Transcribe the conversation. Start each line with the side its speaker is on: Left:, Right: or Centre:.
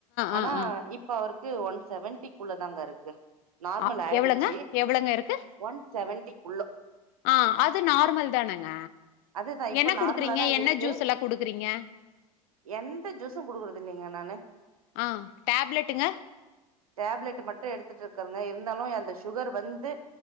Right: ஆனா
Left: ஆ ஆ ஆ
Right: இப் ப அவருக்கு ஒன் செவன்ட்டிக்குள்ளதாங்க இருக்கு நார்மல்
Left: அ
Right: ஆயிடுச்சு
Left: எவ்வளங்க? எவ்வளங்க இருக்கு?
Right: ஒன்ஸ் செவன்டிக்குள்ளோ
Left: ஆ அது நார்மல் தானங்க
Right: அதுதா இப்ப
Left: என்ன குடுக்குறீங்க
Right: நார்மலா தா
Left: என்ன
Right: இருக்கு
Left: ஜூஸ் எல்லா குடுக்குறீங்க
Right: எந்த ஜூஸு குடுக்குறதில்லைங்க நானு
Left: ஆ டேப்லெட்டுங்க
Right: டேப்லெட் மட்டு எடுத்துட்ருக்கறங்க இருந்தாலு அந்த சுகர் வந்து